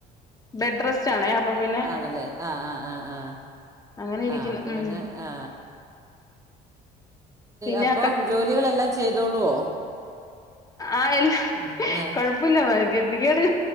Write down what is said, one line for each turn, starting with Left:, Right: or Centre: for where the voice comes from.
Left: ബെഡ്രെസ്റ്റ് ആണേ അപ്പൊ പിന്നെ
Right: ആണല്ലേ ആ ആ ആ ആ
Left: അങ്ങനെ ഇരിക്കുന്നു
Right: ആ അപ്പൊ
Left: ഉം
Right: പിന്നെ ആ
Left: പിന്നെ
Right: അപ്പം
Left: ക
Right: ജോലികളെല്ലാം ചെയ്തോളുവോ
Left: ആ എല്ല
Right: ഉം
Left: കൊഴപ്പമില്ല ഗതികേട്